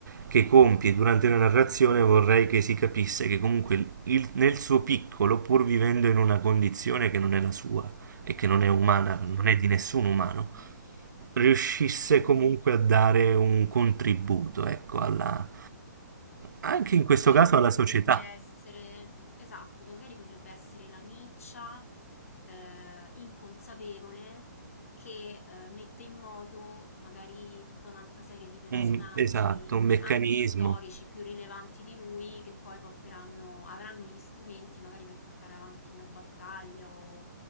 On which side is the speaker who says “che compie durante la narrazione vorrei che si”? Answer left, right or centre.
Right